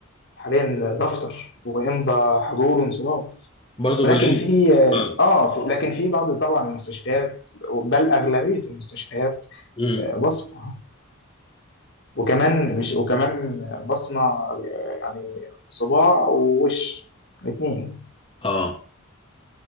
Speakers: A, on the left; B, on the left.
A: حاليا دفتر ويمضى حضور وانصراف
B: برضه
A: ولكن
B: بالإمضة
A: في
B: اه
A: اه في لكن في بعض طبعا المستشفيات بل اغلبيه المستشفيات
B: مم.
A: آه، بصمه وكمان مش وكمان بصمه آه، يعني صباع ووش الاثنين
B: اه